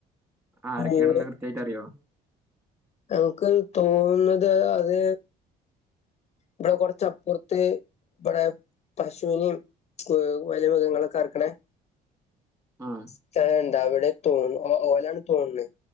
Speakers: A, on the right; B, on the left.
A: ആരൊക്കെയാണെന്ന്
B: ഏഹ്
A: കൃത്യായിട്ട് അറിയോ?
B: ഞങ്ങക്ക് തോന്നുന്നത് അത് ഇവിടെ കുറച്ചപ്പുറത്തെ ഇവിടെ പശുവിനെയും വലിയ മൃഗങ്ങളക്കെർക്കണേ,
A: ആഹ്
B: സ്ഥലണ്ട അവിടെ തോന്നു ഓലാണ് തോന്നുന്നത്